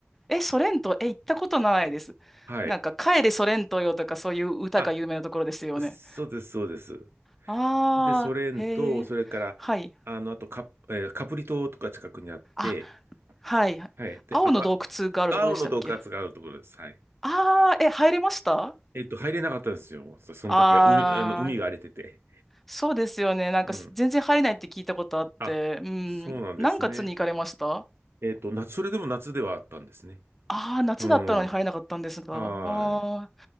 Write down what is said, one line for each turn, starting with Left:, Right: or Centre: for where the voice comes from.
Centre: え、ソレント、え、行ったことないです。
Right: はい。
Centre: なんか、帰れソレントよとか、そういう歌が有名なところですよね。
Right: あ、そうです、そうです。
Centre: ああ、
Right: で、ソレント、
Centre: へえ、
Right: それから、
Centre: はい。
Right: あの、あとカ、えーカプリ島とか近くにあって、
Centre: あ、はい。
Right: はい。で、
Centre: 青の洞窟があるところでしたっけ
Right: あま、青の洞窟があるところです。はい。
Centre: ああー、え、入れました
Right: えーっと、入れなかったんですよ。そその時は海、
Centre: ああ
Right: あの、海が荒れてて。
Centre: そうですよね。なんかす全然入れないって聞いたことあって、
Right: うん。あ、
Centre: うん。
Right: そうなんですね。
Centre: 何月に行かれました
Right: えっと、夏、それでも夏ではあったんですね。
Centre: ああー、夏だったのに入れなかったんですが。
Right: うん。はーい。
Centre: ああ、なん